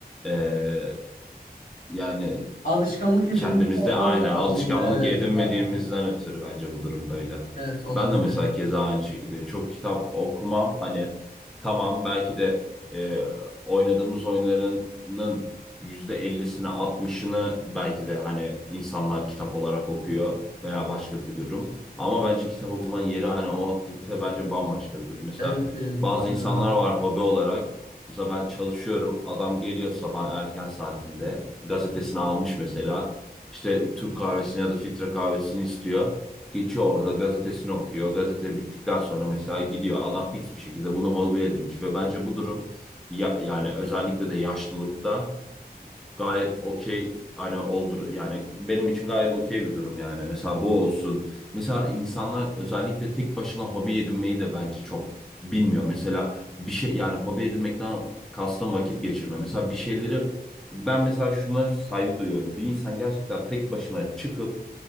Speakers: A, in the centre; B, on the left.
A: eee, yani
B: Alışkanlık edinmiş
A: kendimizde
B: olmam
A: aynı
B: lazımdı.
A: alışkanlık
B: Evet
A: edinmediğimizden
B: ya.
A: ötürü bence bu durum böyle.
B: Evet olabilir.
A: Ben de mesela keza aynı şekilde çok kitap okumam hani tamam belki de e, oynadığımız oyunlarının %50'sini altmışını belki de hani insanlar kitap olarak okuyor veya başka bir durum. Ama bence kitap okumanın yeri hani o aktivite bence bambaşka bir durum. Mesela
B: Evet evet
A: bazı
B: bayağı.
A: insanlar
B: rahat.
A: var hobi olarak. Mesela ben çalışıyorum. Adam geliyor sabahın erken saatinde. Gazetesini almış mesela işte Türk kahvesini ya da filtre kahvesini istiyor. Geçiyor orada gazetesini okuyor. Gazete bittikten sonra mesela gidiyor. Adam fix bir şekilde bunu hobi edinmiş ve bence bu durum ya, yani özellikle de yaşlılıkta gayet okey hani oldur yani benim için gayet okey bir durum yani. Mesela bu olsun. Mesela insanlar özellikle tek başına hobi edinmeyi de bence çok bilmiyor. Mesela bir şey yani hobi edinmekten kastım vakit geçirme. Mesela bir şeyleri ben mesela şuna saygı duyuyorum. Bir insan gerçekten tek başına çıkıp